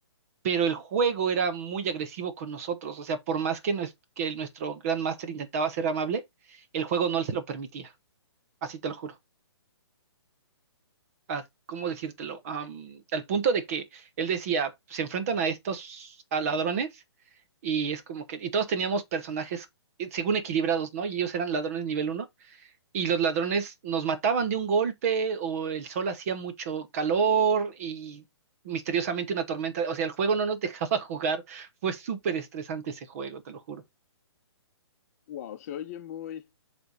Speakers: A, on the right; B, on the left.
A: pero el juego era muy agresivo con nosotros, o sea, por más que, nues- que el- nuestro Grandmaster intentaba ser amable, el juego no se lo permitía, así te lo juro. Ah, ¿cómo decírtelo? Am, al punto de que él decía, se enfrentan a estos a ladrones y es como que, y todos teníamos personajes eh, según equilibrados, ¿no? Y ellos eran ladrones nivel uno y los ladrones nos mataban de un golpe o el sol hacía mucho calor y misteriosamente una tormenta. O sea, el juego no nos dejaba <laughs> jugar. Fue súper estresante ese juego, te lo juro.
B: Wow, se oye muy,